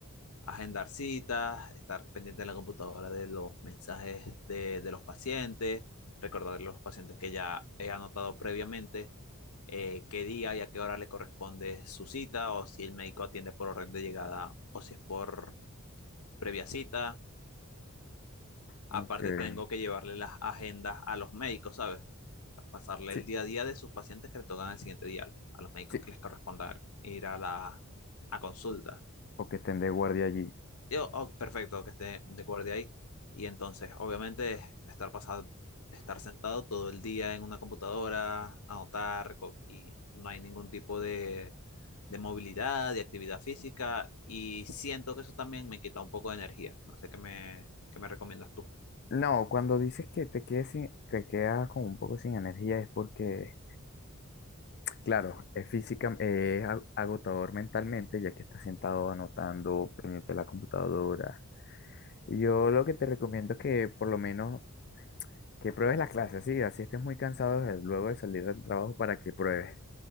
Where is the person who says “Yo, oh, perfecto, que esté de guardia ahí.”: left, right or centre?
Left